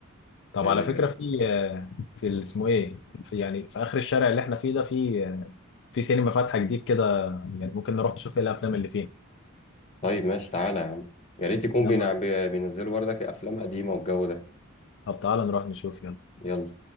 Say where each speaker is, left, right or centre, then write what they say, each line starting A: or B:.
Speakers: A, on the left (about 55°); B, on the left (about 30°).
A: طب
B: آه
A: على فكره في في ال- اسمه ايه في يعني في اخر الشارع اللي احنا فيه ده في في سينما فاتحه جديد كده يعني ممكن نروح نشوف ايه الافلام اللي فيه
B: طيب ماشي تعالى يا عم يا ريت يكون
A: يلا
B: بينع- بي- بينزلوا بردك افلام قديمة والجو ده
A: طب تعالى نروح نشوف يلا
B: يلا